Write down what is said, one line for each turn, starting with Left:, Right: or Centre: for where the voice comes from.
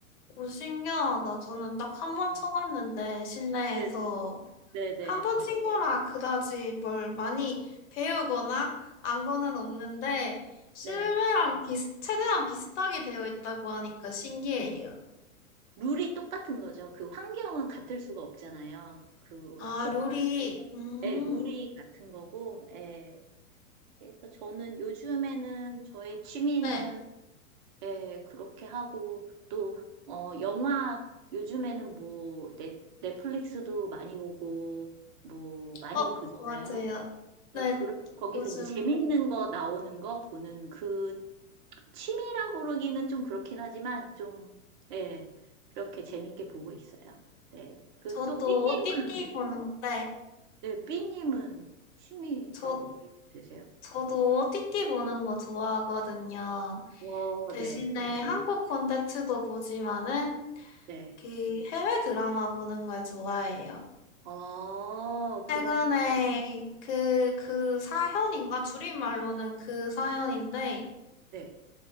Left: 오, 신기하다. 저는 딱 한 번 쳐봤는데, 실내에서.
Right: 네, 네, 네.
Left: 한 번 친 거라 그다지 뭘 많이 배우거나 안 거는 없는데, 실내랑
Right: 네.
Left: 비슷, 최대한 비슷하게 되어 있다고 하니까 신기해요.
Right: 룰이 똑같은 거죠. 그 환경은 같을 수가 없잖아요. 그
Left: 아,
Right: 스포츠
Left: 룰이,
Right: 자체가.
Left: 음,
Right: 네, 룰이 같은 거고, 예. 그래서 저는 요즘에는 저의 취미는
Left: 네.
Right: 네, 그렇게 하고, 또, 어, 영화, 요즘에는 뭐, 넷, 넷플릭스도 많이 보고, 뭐, 많이
Left: 어,
Right: 보잖아요.
Left: 맞아요.
Right: 그래서
Left: 네,
Right: 그, 거기서
Left: 요즘
Right: 이제 재밌는 거 나오는 거 보는 그 취미라고 그러기는 좀 그렇긴 하지만, 좀, 예, 그렇게 재밌게 보고 있어요. 네. 그,
Left: 저도
Right: 또, 삐님은,
Left: OTT 보는데,
Right: 네, 삐님은 취미가
Left: 저,
Right: 어떻게 되세요?
Left: 저도 OTT 보는 거 좋아하거든요.
Right: 와,
Left: 대신에
Right: 네,
Left: 한국 콘텐츠도 보지만은
Right: 네.
Left: 특히 해외 드라마 보는 걸 좋아해요.
Right: 어, 그럼,
Left: 최근에 그, 그 사현인가? 줄임말로는 그 사연인데,
Right: 네.